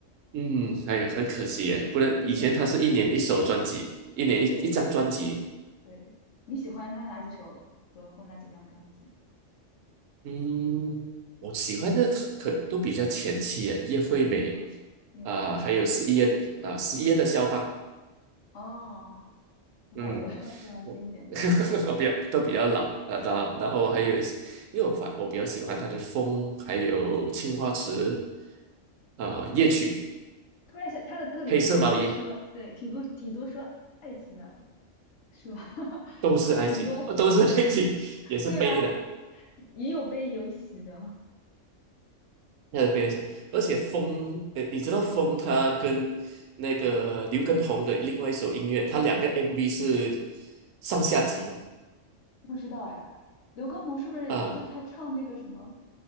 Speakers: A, on the right; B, on the left.
A: 嗯，哎呀，很可惜耶，不然以前他是一年一首专辑，
B: 你喜，嗯，
A: 一年一一张专辑，
B: 对对，你喜欢他哪几首歌或哪几张专辑
A: 嗯，我喜欢的可都比较前期耶，叶惠美
B: 啊？啊音乐会面。
A: 啊、还有十一月啊，十一月的肖邦，
B: 哦，挺好的，
A: 嗯，
B: <laughs> 非常经典的。
A: 我 <laughs> 比较都比较老啊，然后然后还有一些，
B: 嗯，
A: 因为我反我比较喜欢他的风，还有青花瓷啊、
B: 突然
A: 夜曲，
B: 突然想，他的歌里面也挺多说，
A: 黑色毛衣。
B: 对，挺多挺多说爱情的，是吧？<laughs>
A: 都是爱情，
B: 挺多，
A: 呃都是爱情，<laughs> 也是悲的，
B: 对啊，也有悲也有喜的。
A: 那个悲情。而且风，呃你知道风他跟那个刘畊宏的另外一首音乐，他两个 MV 是上下集嘛？
B: 不知道哎，刘畊宏是不是就他唱那个什么
A: 啊，